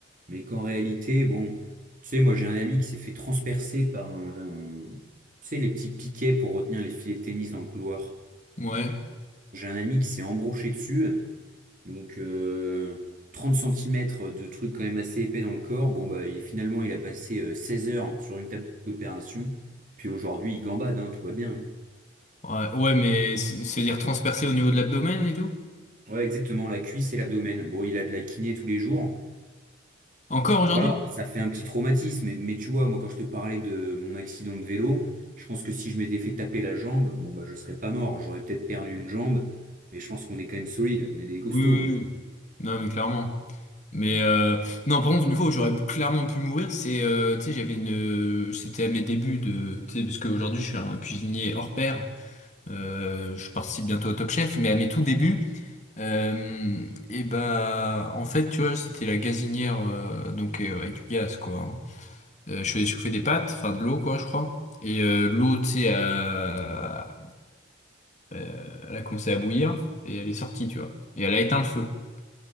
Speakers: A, on the right (about 45°); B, on the left (about 35°).
A: mais qu'en réalité, bon, tu sais, moi j'ai un ami qui s'est fait transpercer par un, un- tu sais, les petits piquets pour retenir les filets de tennis dans le couloir.
B: Ouais,
A: J'ai un ami qui s'est embroché dessus, donc euh, 30 cm de trucs quand même assez épais dans le corps. Bon, bah, il- finalement, il a passé euh, 16 heures sur une table d'opération, puis aujourd'hui, il gambade, hein, tout va bien.
B: ouais, ouais, mais c'est- se dire transpercer au niveau de l'abdomen et tout?
A: Ouais, exactement, la cuisse et l'abdomen. Bon, il a de la kiné tous les jours.
B: Encore aujourd'hui?
A: Voilà, ça fait un petit traumatisme. Mais, mais tu vois, moi, quand je te parlais de mon accident de vélo, je pense que si je m'étais fait taper la jambe, bon, bah, je serais pas mort. J'aurais peut-être perdu une jambe, mais je pense qu'on est quand même solide. On est des costauds,
B: Oui, oui,
A: nous.
B: oui. Non, mais clairement. Mais euh, non, par contre, une fois où j'aurais clairement pu mourir, c'est, euh, tu sais, j'avais une, c'était à mes débuts de, tu sais, parce qu'aujourd'hui je suis un cuisinier hors pair, euh, je participe bientôt au Top Chef, mais à mes tout débuts, euh, et ben, en fait, tu vois, c'était la gazinière, euh, donc euh, avec du gaz, quoi. hein. Euh, je faisais chauffer des pâtes, enfin de l'eau quoi, je crois. Et euh, l'eau, tu sais, a- euh, elle a commencé à bouillir et elle est sortie, tu vois. Et elle a éteint le feu.